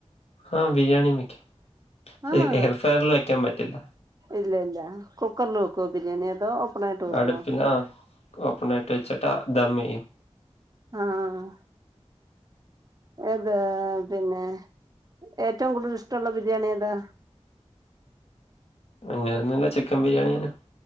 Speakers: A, on the left; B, on the right.
A: ആഹ് ബിരിയാണി വക്കും അത്
B: ആണോ
A: എയർ ഫ്രൈറിൽ വയ്ക്കാൻ പറ്റില്ല
B: ഇല്ല ഇല്ല കുക്കറിൽ വെക്കുവോ ബിരിയാണി അതോ ഓപ്പണായിട്ട് വെക്കുവോ
A: അടുപ്പില് ഓപ്പൺ ആയിട്ട് വച്ചട്ടാ ദമ്മ്ചെയ്യും
B: ആഹ്ആഹ് ഏത് പിന്നെ ഏറ്റവും കൂടുതൽ ഇഷ്ടമുള്ള ബിരിയാണി ഏതാ
A: അങ്ങനെയൊന്നുമല്ല ചിക്കൻ ബിരിയാണിന്